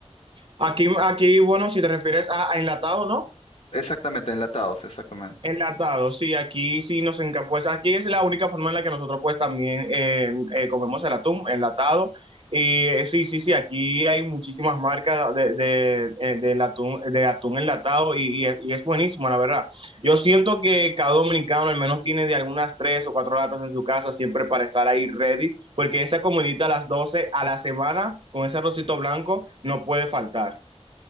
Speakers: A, on the right; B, on the left.
A: Aquí, aquí, bueno, si te refieres a, a enlatado, ¿no?
B: Exactamente, enlatados, exactamente.
A: Enlatado, sí, aquí sí nos encanta, pues aquí es la única forma en la que nosotros pues también eh, eh, comemos el atún enlatado. Y eh, sí, sí, sí, aquí hay muchísimas marcas de, de, eh, del atún, de atún enlatado y, y es- y es buenísimo, la verdad. Yo siento que cada dominicano al menos tiene de algunas tres o cuatro latas en su casa siempre para estar ahí ready, porque esa comidita a las 12 a la semana con ese arrocito blanco no puede faltar.